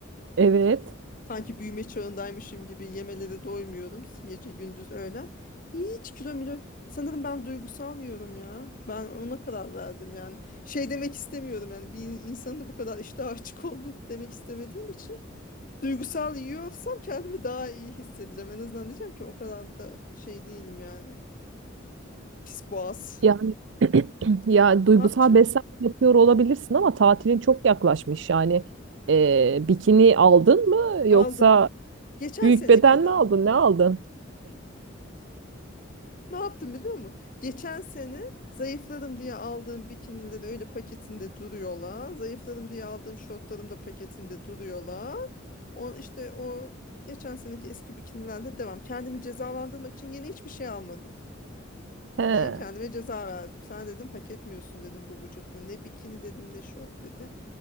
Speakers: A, on the right; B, on the left.
A: evet.
B: Sanki büyüme çağındaymışım gibi yemelere doymuyorum. Gece gündüz öğlen. Hiç kilo milo. Sanırım ben duygusal yiyorum ya. Ben ona karar verdim yani. Şey demek istemiyorum yani bir insanın da bu kadar iştah açık olduğunu demek istemediğim için. Duygusal yiyorsam kendimi daha iyi hissedeceğim. En azından diyeceğim ki o kadar da şey değilim yani. Pis boğaz.
A: Yani <clears throat> ya duygusal
B: Ne yapacağım?
A: beslenme yapıyor olabilirsin ama tatilin çok yaklaşmış. Yani e, bikini aldın mı yoksa
B: Aldım. Geçen
A: büyük
B: senekiler.
A: beden mi aldın? Ne aldın?
B: Ne yaptım biliyor musun? Geçen sene zayıfladım diye aldığım bikinileri öyle paketinde duruyorlar. Zayıfladım diye aldığım şortlarım da paketinde duruyorlar. O işte o geçen seneki eski bikinilerle devam. Kendimi cezalandırmak için yeni hiçbir şey almadım.
A: He,
B: Niye? Kendime ceza verdim. Sen dedim hak etmiyorsun dedim bu vücutla. Ne bikini dedim ne şort dedim.